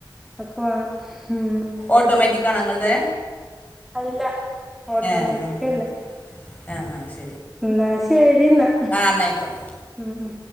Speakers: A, in the centre; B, on the left.
A: ഒക്കെ വാണം ഉം
B: ഓട്ടോമേറ്റിക് ആണോ ഇങ്ങള്ത്
A: അല്ല ഓട്ടോമാറ്റിക്കല്ല
B: ഏഹ് ആഹ് ഏഹ് ആഹ് ശെരി
A: ന്നാ ശെരിന്നാ
B: എന്നായിക്കോട്ടെ
A: ഉം ഉം